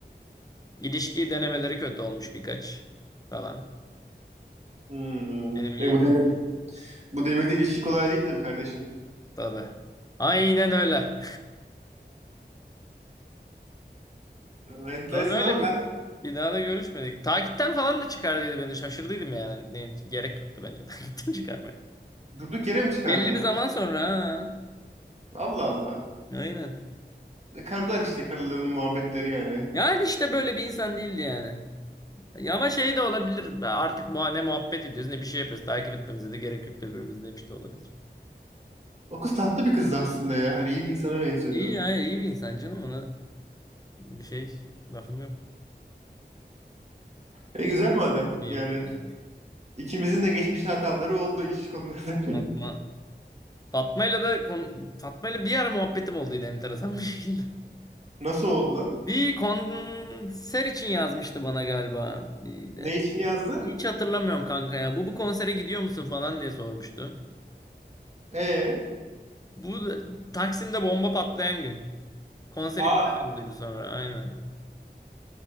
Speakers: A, on the left; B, on the right.
A: İlişki denemeleri kötü olmuş birkaç falan.
B: Hmm.
A: Benim iyiydi
B: E, bu devir bu devirde ilişki kolay değil tabii kardeşim.
A: tabii. Aynen öyle. <laughs>
B: E, Enteresan
A: Sonra öyle
B: ama
A: bir
B: ben
A: bir daha da görüşmedik. Takipten falan da çıkardıydı beni. Şaşırdıydım yani. Ne, gerek yoktu bence <laughs> takipten çıkarmaya.
B: durduk yere mi çıkardı?
A: Belli bir zaman sonra ha.
B: Allah Allah.
A: Aynen.
B: E, karılar işte karıların muhabbetleri yani.
A: Yani işte böyle bir insan değildi yani. Ya ama şey de olabilir. Artık bu ne muhabbet ediyoruz ne bir şey yapıyoruz. Takip etmemize de gerek yok birbirimizi demiş de olabilir.
B: O kız tatlı bir kızdı aslında ya. Hani iyi bir insana benziyordu.
A: İyi ya iyi bir insan canım ona bir şey lafım yok.
B: E güzel madem
A: İyi.
B: yani.
A: Yani
B: ikimizin de geçmişte hataları oldu ilişki konularında.
A: Fatma. Fatma'yla da kon- Fatma'yla bir ara muhabbetim olduydı enteresan bir şekilde.
B: <laughs> Nasıl oldu lan?
A: Bir konser için yazmıştı bana galiba. Bir de.
B: Ne için yazdı?
A: Hiç hatırlamıyorum kanka ya. Bu bu konsere gidiyor musun falan diye sormuştu.
B: Ee,
A: Bu da- Taksim'de bomba patlayan gün. Konser
B: aa
A: iptal olduydu sonra aynen.